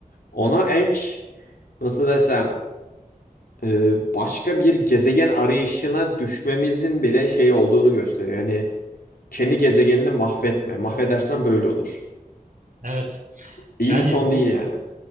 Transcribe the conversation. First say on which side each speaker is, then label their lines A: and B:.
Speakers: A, on the left; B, on the right.
A: Ona ek nasıl desem e, başka bir gezegen arayışına düşmemizin bile şey olduğunu gösteriyor. Hani kendi gezegenini mahvetme. Mahvedersen böyle olur.
B: Evet.
A: İyi
B: Yani
A: bir son
B: bu
A: değil yani.